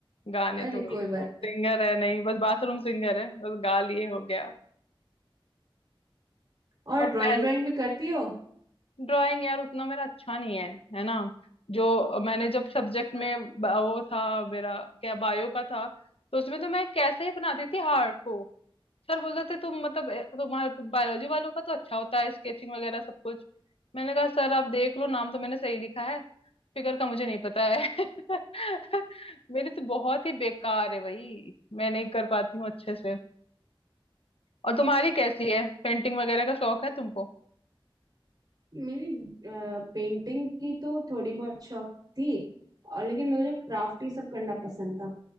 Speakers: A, on the left; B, on the right.
A: गाने
B: अरे
A: तो भाई
B: कोई बात
A: हम
B: नहीं
A: सिंगर है नहीं बस बाथरूम सिंगर है बस गा लिए हो गया
B: और
A: और
B: ड्राइंग
A: पहले
B: ड्राइंग भी करती हो
A: ड्राइंग यार उतना मेरा अच्छा नहीं है है ना जो मैंने जब सब्जेक्ट
B: अच्छा
A: में ब- वो था मेरा क्या बायो का था तो उसमें तो मैं कैसे ही बनाती थी हार्ट को सर बोलते थे तुम मतलब ए, तुम्हारे बायोलॉजी वालों का तो अच्छा होता है स्केचिंग वगैरह सब कुछ मैंने कहा सर आप देख लो नाम तो मैंने सही लिखा है फिगर का मुझे नहीं पता है <laughs> मेरी तो बहुत ही बेकार है भाई मैं नहीं कर पाती हूँ अच्छे से और तुम्हारी कैसी है पेंटिंग वगैरह का शौक है तुमको
B: मेरी पेंटिंग की तो थोड़ी बहुत शौक थी और लेकिन
A: हम्म।
B: मुझे क्राफ्ट ही सब करना पसंद था